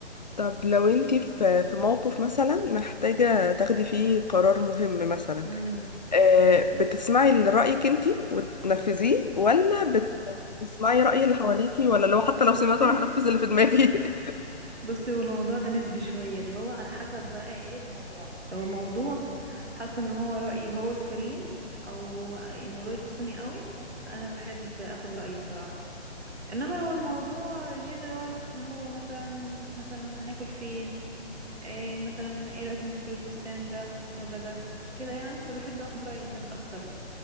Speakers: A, on the left; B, on the right.
A: طب لو انتي في في موقف مثلا محتاجة تاخدي فيه قرار مهم مثلا
B: امم
A: آه، بتسمعي لرأيك انتي وتنفذيه ولا بت- بتسمعي رأي اللي حواليكي ولا لو حتى لو
B: بصي
A: سمعته انا هنفذ اللي في دماغي <laughs>
B: بصي والموضوع ده نسبي شويه اللي هو على حسب بقى ايه الموضوع لو الموضوع حاسه ان هو رايي هو السليم او الموضوع يخصني قوي فانا بحب اخد رايي بصراحه انما لو الموضوع جنرال اللي هو مثلا مثلا هناكل فين إيه مثلا ايه رايكم في الفستان ده ولا ده كده يعني فبحب اخد راي الناس اكتر